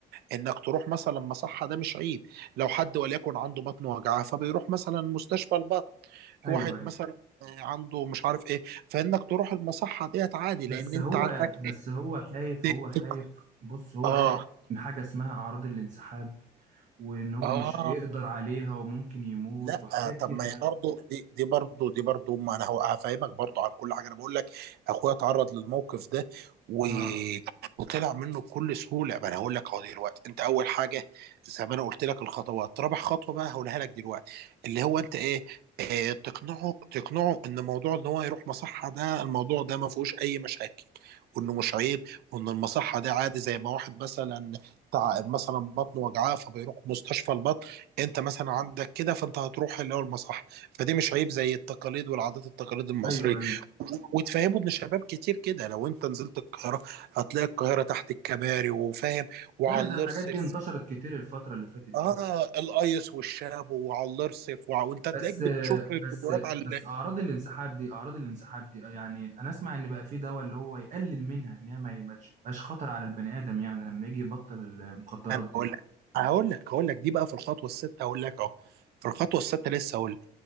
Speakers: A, on the right (about 70°); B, on the right (about 45°).
A: انك تروح مثلا مصحه ده مش عيب لو حد وليكن عنده بطن وجعاه فبيروح مثلا مستشفى البطن
B: ايوه
A: واحد
B: ايوه
A: مثلا عنده مش عارف ايه فانك تروح المصحه ديت عادي لان
B: بس
A: انت
B: هو
A: عندك
B: بس هو خايف
A: <laughs>
B: هو خايف بص هو
A: اه
B: خايف من حاجه اسمها اعراض الانسحاب وان هو
A: اه
B: مش هيقدر عليها وممكن يموت
A: لا
B: وحاجات
A: طب
B: كده
A: ما هي
B: يعني
A: برضه دي دي برضه دي برضه ما انا هو- هفهمك برضه عن كل حاجه انا بقول لك اخويا اتعرض للموقف ده و...
B: اه
A: وطلع منه بكل سهوله ما انا هقول لك اهو دلوقتي انت اول حاجه زي ما انا قلت لك الخطوات رابع خطوه بقى هقولها لك دلوقتي اللي هو انت ايه آه، تقنعه تقنعه ان موضوع ان هو يروح مصحه ده الموضوع ده ما فيهوش اي مشاكل وانه مش عيب وان المصحه ده عادي زي ما واحد مثلا تع- مثلا بطنه وجعاه فبيروح مستشفى البطن انت مثلا عندك كده فانت هتروح اللي هو المصح فدي مش عيب زي التقاليد والعادات التقاليد المصريه
B: ايوه ايوه
A: و- وتفهموا ان شباب كتير كده لو انت نزلت القاهره هتلاقي القاهره تحت الكباري وفاهم وعلى
B: لا ده
A: الارصف
B: الحاجات دي انتشرت كتير الفتره اللي فاتت دي
A: اه
B: اصلا
A: الايس والشاب وعلى الارصف وع- وانت تلاقيك
B: بس
A: بتشوف فيديوهات
B: بس
A: على
B: بس
A: ال-
B: اعراض الانسحاب دي اعراض الانسحاب دي آه، يعني انا اسمع ان بقى في دواء اللي هو يقلل منها ان هي ما يبقاش مبقاش خطر على البني ادم يعني لما يجي يبطل المخدرات
A: انا
B: دي
A: هقول لك هقول لك هقول لك دي بقى في الخطوه السادسه هقول لك اهو في الخطوه السادسه لسه هقول